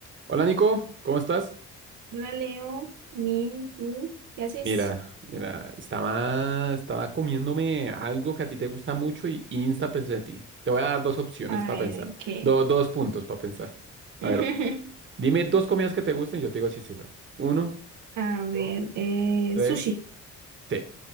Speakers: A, on the right; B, on the right.
A: Hola Nico, ¿cómo estás?
B: Hola Leo, bien, ¿tú qué haces?
A: Mira, mira, estaba, estaba comiéndome algo que a ti te gusta mucho y insta pensé en ti. Te voy a dar dos opciones
B: A
A: para
B: ver,
A: pensar,
B: ¿qué?
A: do- dos puntos para pensar.
B: <laughs>
A: A ver, dime dos comidas que te gusten y yo te digo si es esa. Uno,
B: A ver,
A: dos,
B: eh,
A: tres,
B: sushi.
A: sí.